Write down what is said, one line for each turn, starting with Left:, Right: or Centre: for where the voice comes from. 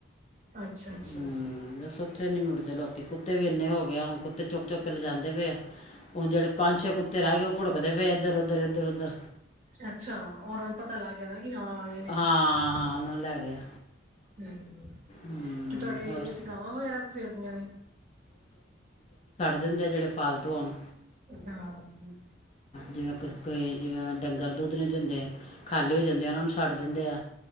Right: ਅੱਛਾ-ਅੱਛਾ
Left: ਹਮ
Right: ਹੂੰ
Left: ਬਸ ਉੱਥੇ ਨੀ ਮੁੜਦੇ ਲੋਕੀ ਕੁੱਤੇ ਵੀ ਇੰਨੇ ਹੋ ਗਏ ਹੁਣ ਬਸ ਉਥੇ ਨੀ ਮੁੜ ਦੇ ਲੋਕੀ, ਕੁੱਤੇ ਬੀ ਇੰਨੇ ਹੋ ਗਏ ਆਂ ਹੁਣ, ਕੁੱਤੇ ਚੁੱਕ ਚੁੱਕ ਕੇ ਲਿਜਾਦੇ ਪਏ ਆ ਹੁਣ ਜਿਹੜੇ ਪੰਜ ਛ ਕੁੱਤੇ ਰਹਿ ਗਏ ਉਹ ਭੁੜਕਦੇ ਪਏ ਆ ਇੱਧਰ ਉੱਧਰ ਇੱਧਰ ਉਧਰ।
Right: ਅੱਛਾ ਊਨਾ ਨੂੰ ਪਤਾ ਲੱਗ ਗਿਆ ਨਾ ਕਿ ਹਾਂ ਆਂ ਗਏ ਨੇ
Left: ਹਾਂ ਹਾਂ, ਉਹਨਾਂ ਨੂੰ ਲੈ ਗਿਆ
Right: ਹਮ।
Left: ਹਮ,
Right: ਤੇ ਤੁਹਾਡੇ
Left: ਹੋਰ
Right: ਏਰੀਏ ਚ ਗਾਵਾਂ ਵਗੈਰਾ ਵੀ ਫਿਰਦੀਆਂ ਨੇ।
Left: ਦਿੰ ਜਿਹੜੇ ਫਾਲਤ ਦੋਨ
Right: ਹਾਂ
Left: ਜਿਵੇਂ ਕਿ ਕੋਈ ਜਿਵੇਂ ਡੰਗਰ ਦੁੱਧ ਨਹੀਂ ਦਿੰਦੇ, ਖਾਲੀ ਹੋ ਜਾਂਦੇ ਉਹਨਾਂ ਨੂੰ ਛੱਡ ਦਿੰਦੇ ਆ